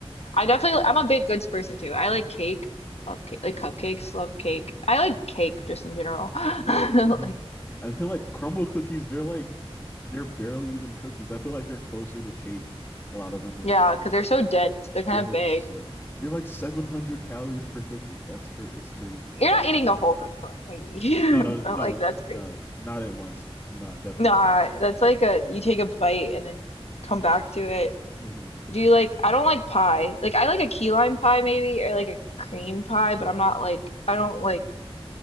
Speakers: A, on the left; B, on the left.
A: I definitely I'm a big goods person too. I like cake, love cake, like cupcakes, love cake. I like cake just in general. <laughs> Like
B: Mhm. I feel like crumble cookies. They're like they're barely even cookies. I feel like they're closer to cake. A lot of them than
A: yeah,
B: cookies.
A: because 'cause they're so dense. They're kind
B: Yeah, they're
A: of big.
B: so they're like 700 calories per cookie. That's cra- it's crazy.
A: You're not eating the whole cookbook maybe. <laughs>
B: No, no,
A: But
B: no,
A: like that's crazy.
B: no, not at once. Not definitely
A: Nah,
B: not.
A: that's like a you take a bite and then come back to it.
B: hmm
A: Do you like I don't like pie. Like I like a key lime pie maybe or like a cream pie, but I'm not like I don't like